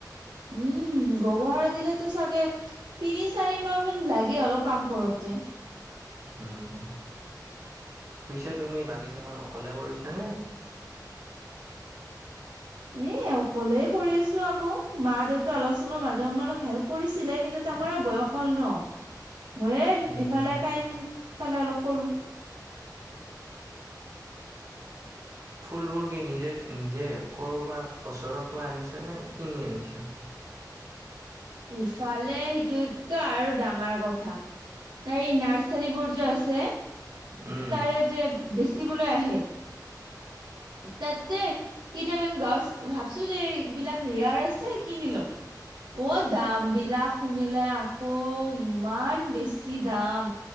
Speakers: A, on the right; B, on the right.
A: উম গবহাৰ দিলেতো চাগে তিনি চাৰি মাহ মান লাগে অলপ কাম কৰোতে।
B: উম পিছে তুমি বাগিছাখন অকলে কৰিছা নে?
A: এ আৰু ক'লে কৰিছো আকৌ মা দেউতা অলপ চলৰ মাজে সমে অলপ হেল্প কৰিছিলে কিন্তু তমাৰ বয়স হ'ল ন মই
B: উম,
A: ইফালে টাইম মানে অলপ কৰো
B: ফুলবোৰ কি নিজে নিজে কৰ'বাৰ ওচৰৰ পৰা আনিছে নে কিনি আনিছে
A: ইফালে সেইটোতো আৰু ডাঙৰ কথা সেই নাৰ্চাৰী বোৰ যে আছে
B: উম,
A: তাৰে যে বেছি <unintelligible> আহে। তাতে কেইটামান গছ ভাবছো যে এইবিলাক ৰিয়াৰ আছে কিনিলও অ দাম বিলাক শুনিলে আকৌ ইমান বেছি দাম